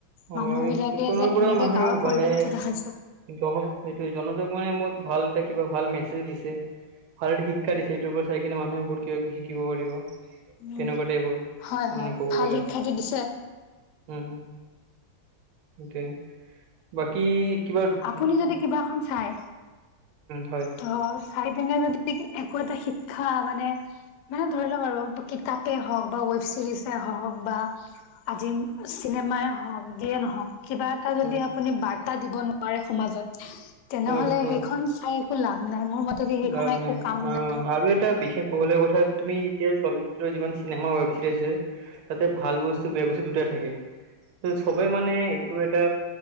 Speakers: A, on the right; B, on the left.
A: অ
B: মানুহ
A: এই
B: বিলাকে
A: এইখনৰ
B: যে
A: পৰা
B: এনেকে
A: মানুহে
B: গাঁৱৰ
A: মানে
B: পৰিৱেশটো দেখাইছে
A: জনক এইটো জন মানে মত ভাল এটা কিবা ভাল মেছেজ দিছে। ভালদৰে শিক্ষা দিছে, এইটোৰ পৰা চাই কিনে মানুহে বহুত কিবা-কিবি শিকিব পাৰিব।
B: উম
A: তেনেকুৱাতে এইবোৰ
B: হয় হয়
A: মানে কব
B: ভাল
A: গলে,
B: শিক্ষাটো দিছে
A: উম। তে, বাকী কিবা উম
B: আপুনি যদি কিবা এখন চাই
A: হয়
B: ত' চাই পিনে যদি একো এটা শিক্ষা মানে মানে ধৰি লওক আৰু কিতাপেই হওক বা ৱেব ছিৰিজে হওক বা আজি চিনেমাই হওক যিয়ে নহওক কিবা এটা
A: হয়
B: যদি আপুনি বাৰ্তা দিব নোৱাৰে সমাজত তেনেহলে
A: সমাজত হয়
B: সেইখন চাই একো লাভ নাই। মোৰ মতেদি সেইখন
A: লাভ
B: একো
A: নাই
B: কাম
A: অ,
B: নাই
A: আৰু এটা বিশেষ কবলগীয়া কথা তুমি এতিয়া চলচিত্ৰ যিমান চিনেমা ৱেব চিৰিজ আছে তাতে ভাল বস্তু বেয়া বস্তু দুটাই থাকে। সবেই মানে এইটো এটা